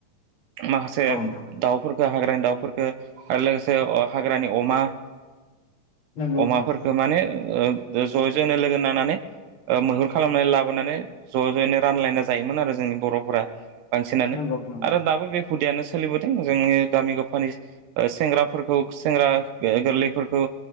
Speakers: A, on the right; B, on the left.
A: माखासे
B: औ नोंथां
A: दाउफोरफोरखौ हाग्रानि दाउफोरफोरखौ आरो लोगोसे हाग्रानि अमा
B: नंगौ
A: अमाफोरखो
B: नोंथां
A: माने ज' ज'नो लोगो नांनानै मैहुर खालामनानै लाबोनानै ज' ज'यैनो रानलायना जायोमोन आरो जोंनि बर'फोरा। बांसिनानो
B: नंगौ नोंथां
A: आरो दाबो बे हुदायानो सोलिबोदों जोंनि गामि गफानि सेंग्राफोरखौ सेंग्रा गोरलैफोरखौ